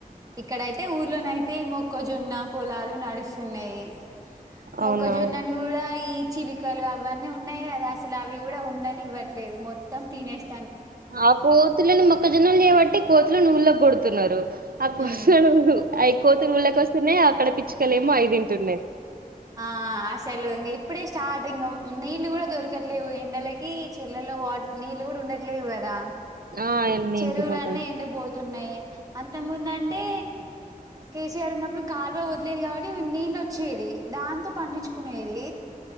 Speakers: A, on the right; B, on the right.
A: ఇక్కడైతే ఊర్లోన అయితే మొక్కజొన్న పొలాలు నడుస్తున్నాయి మొక్కజొన్నను
B: అవునా
A: కూడా ఈ చిలికలు అవన్నీ ఉన్నాయి అసలు అవి కూడా ఉండనివ్వట్లేదు మొత్తం తినేసి
B: ఆ కోతులను మొక్కజొన్నలు చేయబట్టి కోతులను ఊళ్ళో కొడుతున్నారు ఆప్పుడు
A: ఉమ్
B: కోతులు ఊళ్ళకోస్తున్నాయి అక్కడ పీచుకలేమో అవి తింటున్నాయి
A: ఆ అసలు ఇంగ ఇప్పుడే స్టార్ట్ ఇంకా నీళ్లు కూడా దొరకట్లేవు ఎండలకి చెర్లలో నీళ్లు కూడా ఉండట్లేవు కదా
B: ఆ అన్నీ
A: చెరువులన్నీ
B: ఇంకిపోతాయి
A: ఎండిపోతున్నాయి అంత ముందు అంటే కేసీఆర్ ఉన్నప్పుడు కాలువ వదిలేది కాబట్టి నీళ్ళు వచ్చేది దాంతో పండించుకునేది